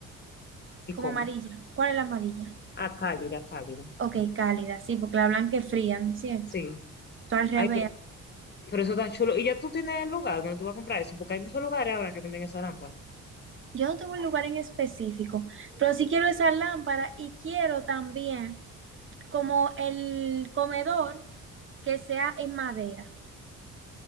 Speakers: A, on the left; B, on the right.
A: ¿Y
B: como
A: cómo?
B: amarilla. ¿Cuál es la amarilla?
A: Ah, cálida, cálida.
B: Ok, cálida, sí, porque la blanca es fría, ¿no es cierto?
A: Sí.
B: Tú al revés.
A: Ay, pero, Pero eso está chulo. Y ya tú tienes el lugar donde tú vas a comprar eso, porque hay muchos lugares ahora que venden esa lámpara.
B: Yo no tengo un lugar en específico, pero sí quiero esa lámpara y quiero también como el comedor que sea en madera.